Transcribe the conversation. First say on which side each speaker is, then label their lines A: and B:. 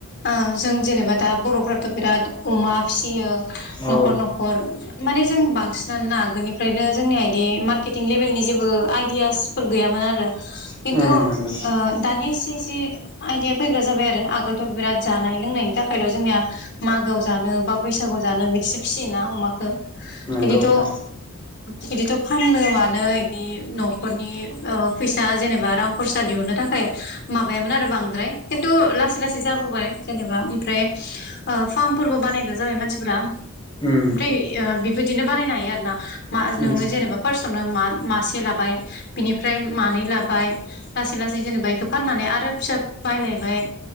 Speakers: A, on the left; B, on the left.
A: ओं जों जेनेबा दा बरफ्राथ बिराद अमा फिसियो
B: औ
A: नखर नखर माने जों बांसिनानो ना आगोलनिफ्रायनो जोंनिया इदि मार्केटिं लेबेलनि जेबो आइदियासफोर गैयामोन
B: उम
A: खिनतु ओ
B: नंगौ
A: दानिया इसे इसे आइदिया फैग्रा जाबाय आरो आगोलथ बिराद जानाय लोंनायनि थाखायल जोंनिया मागोआव जानो बा बैसागु जानो बिदि बिसो फिसियोना अमाखौ
B: नंगौ
A: बिदिथ ओ
B: थार
A: बिदिथ फाननो मानो बिदि नखरनि फैसा जेनेबा रां खरसा दिहुनो थाखाय माबायामोन आरो बांद्राय। खिन्थु लासै लासै जाबोबाय जेनेबा ओमफ्राय फार्मफोरबो बानायग्रा जाबाय मानसिफ्रा।
B: उम
A: ओमफ्राय बिफोरदिनो बानायनो हायो आरो ना मा
B: उम
A: नोंङो जेनेबा फार्स। नो मासे लाबाय बिनिफ्राय मानै लाबाय लासै लासै जेनेबा बेखौ फाननानै आरो आरो फिसा बायलायबाय